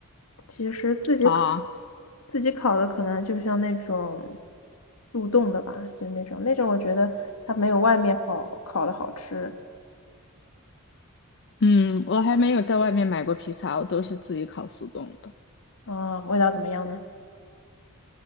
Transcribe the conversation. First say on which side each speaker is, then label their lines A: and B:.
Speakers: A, on the left (about 70°); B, on the left (about 50°).
A: 其实自己烤，
B: 啊，
A: 自己烤的可能就像那种速冻的吧，就那种那种，我觉得它没有外面好烤的好吃。
B: 嗯，我还没有在外面买过披萨，我都是自己烤速冻的。
A: 嗯，味道怎么样呢？